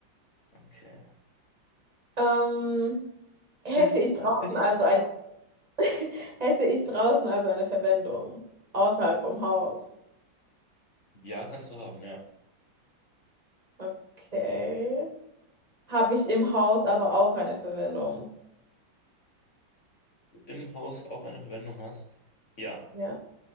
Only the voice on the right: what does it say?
Ähm, hätte
ich
draußen
also
eine <laughs> hätte ich draußen also eine Verwendung außerhalb vom Haus?
Okay. Habe ich im Haus aber auch eine Verwendung?
Ja,